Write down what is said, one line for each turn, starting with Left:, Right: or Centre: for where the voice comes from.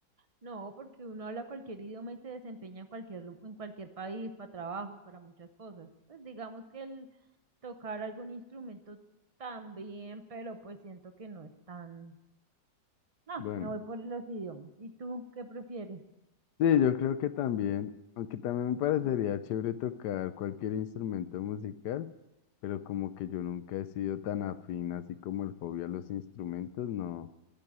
Right: No, porque uno habla cualquier idioma y se desempeña en cualquier, lu- en cualquier país, para trabajos, para muchas cosas. Pues digamos que el tocar algún instrumento también, pero pues siento que no es tan... No,
Left: bueno,
Right: me voy por los idiomas. ¿Y tú qué prefieres?
Left: Sí, yo creo que también, aunque también me parecería
Right: <clears throat>
Left: chévere tocar cualquier instrumento musical, pero como que yo nunca he sido tan afín, así como el hobby a los instrumentos, no.